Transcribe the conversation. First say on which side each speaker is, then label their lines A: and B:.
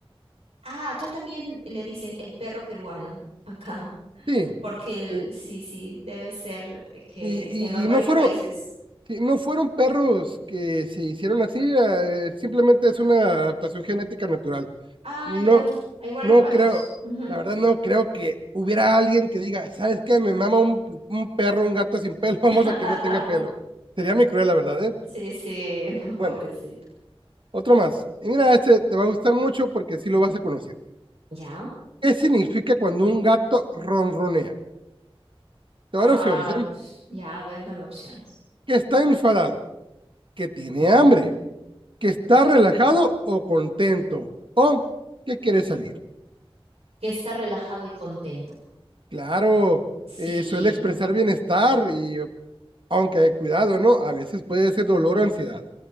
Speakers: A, on the right; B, on the right.
A: ah, ah, acá también le dicen el perro peruano. Acá.
B: Sí,
A: porque el,
B: eh,
A: sí, sí, debe ser eh, que,
B: Y,
A: que en los
B: y,
A: varios
B: y no fueron,
A: países.
B: sí, no fueron perros que se hicieron así, eh, simplemente es una adaptación genética natural.
A: Ah,
B: No,
A: ya, Ah, igual
B: no
A: los gatos.
B: creo,
A: Ujú.
B: la verdad no creo que hubiera alguien que diga, ¿sabes qué? Me mama un, un perro, un gato sin pelo, <laughs> vamos
A: <laughs>
B: a que no tenga pelo. Sería muy cruel, la verdad, ¿eh?
A: Sí, sí, <laughs> pobrecito.
B: Bueno, otro más. Y mira, este te va a gustar mucho porque sí lo vas a conocer.
A: Ya,
B: ¿Qué significa cuando un gato ronronea? Te
A: ah,
B: voy a dar opciones, ¿eh?
A: pues, ya, a ver, dame opciones.
B: Que está enfadado, que tiene
A: Mm,
B: hambre, que está relajado o contento o que quiere salir.
A: que está relajado y contento.
B: Claro,
A: Sí,
B: eh, suele expresar bienestar y aunque cuidado, ¿no? A veces puede ser dolor o ansiedad.